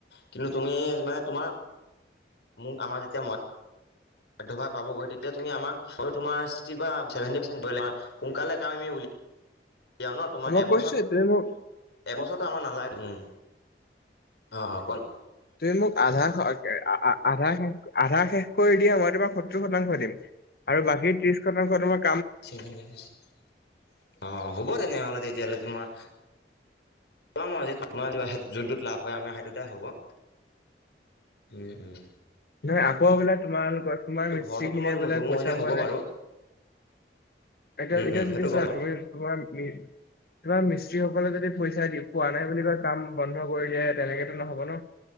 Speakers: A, on the left; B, on the left.
A: কিন্তু তুমি মানে তোমাৰ মোক আমাৰ যেতিয়াই মাত মাধ্যবা পাবগৈ তেতিয়া তুমি আমাক অ তোমাৰ ছিক্সটি বা ছেভেণ্টি পাৰ্চেণ্ট বইলা সোনকালে কাম আমি উলিয়ওঁ দিয়া ন তোমাৰ
B: মই
A: এবছৰত
B: কৈছোৱে তুমি মোক
A: এবছ ত আমাৰ নালাগে উম অ অ কোন
B: তুমি মোক আধা অকে আ আ আধা শেষ আধা শেষ কৰি দিয়া মই তোমাৰ সত্তৰ শতাংশ দিম আৰু বাকী ত্ৰিশ শতাংশ তোমাক
A: <unintelligible> অ হ'ব তেনেহ'লে তেতিয়াহলে তোমাৰ পাম আও তোমাৰ যোনটোত লাভ হয় আমাৰ সেইটোতে হ'ব উম-উম
B: হয় আকৌ বোলে তোমালোকৰ তোমাৰ মিস্ত্ৰী
A: ঘৰতো তোমাৰ
B: খিনিয়ে বোলে
A: দুমহলীয়া
B: পইচা
A: হ'ব
B: পোৱা
A: বাৰু
B: নাই এতিয়া
A: উম
B: এতিয়া
A: উম সেইটো
B: যদি চোৱা
A: গম
B: তুমি তোমাৰ মি তোমাৰ মিস্ত্ৰী সকলে যদি পইচা দি পোৱা নাই বুলি কয় কাম বন্ধ কৰি দিয়ে তেনেকেতো নহব ন